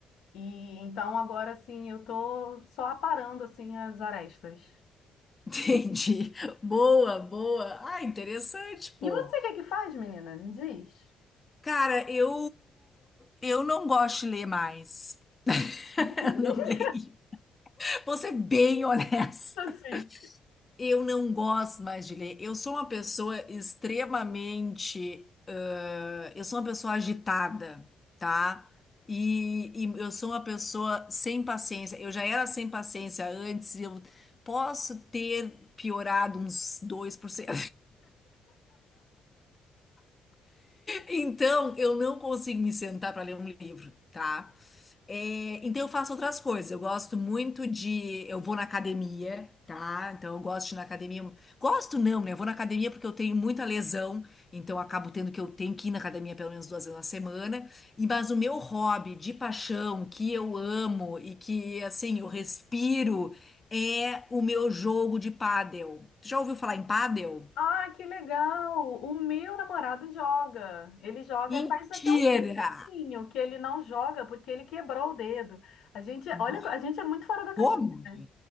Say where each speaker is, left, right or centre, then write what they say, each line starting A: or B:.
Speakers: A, on the left; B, on the left.
A: E então agora sim eu tô só aparando assim as arestas.
B: <laughs> Entendi. Boa, boa. Ah, interessante, pô.
A: E você o que é que faz, menina? Me diz.
B: Cara, eu eu não gosto de ler mais. <laughs>
A: <laughs>
B: Eu não leio. Vou ser bem honesta.
A: Assim.
B: Eu não gosto mais de ler. Eu sou uma pessoa extremamente. ãh, eu sou uma pessoa agitada, tá? E, e eu sou uma pessoa sem paciência. Eu já era sem paciência antes, eu posso ter piorado uns 2%. Então, eu não consigo me sentar para ler um livro, tá? É, então, eu faço outras coisas. Eu gosto muito de. Eu vou na academia, tá? Então, eu gosto de ir na academia. Gosto não, né? Eu vou na academia porque eu tenho muita lesão. Então, eu acabo tendo que eu tenho que ir na academia pelo menos duas vezes na semana. E, mas o meu hobby de paixão, que eu amo e que, assim, eu respiro, é o meu jogo de pádel. Tu já ouviu falar em pádel?
A: Ah, que legal! O meu namorado joga. Ele joga
B: Mentira!
A: faz até um tempinho que ele não joga porque ele quebrou o dedo. A gente, olha,
B: Nossa,
A: a gente é muito fora da
B: como?
A: caixinha, né?